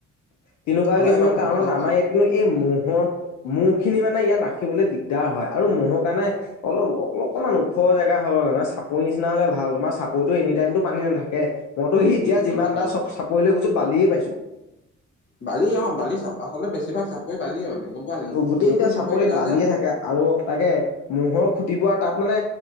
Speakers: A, on the left; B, on the left.
A: তেনেকুৱা
B: হয়
A: কিছুমান
B: বাৰু সেইটো
A: কাৰণত
B: কথা হয়,
A: আমাৰ ইয়াত। কিন্তু এই ম'হৰ মহ খিনি মানে ইয়াত ৰাখিবলৈ দিগদাৰ হয় আৰু ম'হৰ কাৰণে। অলপ অকণমান ওখ জেগা হ'ল মানে চাপৰি নিচিনা হলে ভাল তোমাৰ চাপৰিটো এনি টাইমতটো পানী নাথাকে। মইতো সি এতিয়া যিমান
B: নাথাকে
A: বাৰ
B: অ'।
A: চপ চাপৰিলে গৈছো বালিয়ে পাইছো।
B: বালিয়ে অঁ' বালি চাপ আচলতে বেছিভাগ চাপৰি বালিয়ে মানে গম পোৱা নাই ন
A: গোটেই কেইটা
B: নতুন চাপৰি বিলাক
A: বালিয়ে
B: যে।
A: থাকে আৰু তাকে। ম'হৰ খুটিবো আৰু তাত মানে